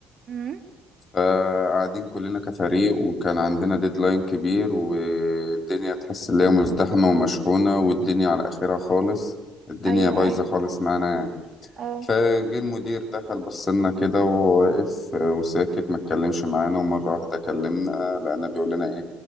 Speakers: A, on the right; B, on the left.
A: امم
B: فقاعدين كلنا كفريق وكان عندنا ديدلاين كبير والدنيا تحس ان هي مزدحمة ومشحونة والدنيا على اخرها خالص الدنيا
A: ايوه
B: بايظة
A: ايوه
B: خالص معانا يعني.
A: اه
B: فجه المدير دخل بص لنا كده وهو واقف وساكت ما اتكلمش معانا ومرة واحدة كلمنا لقينا بيقول لنا ايه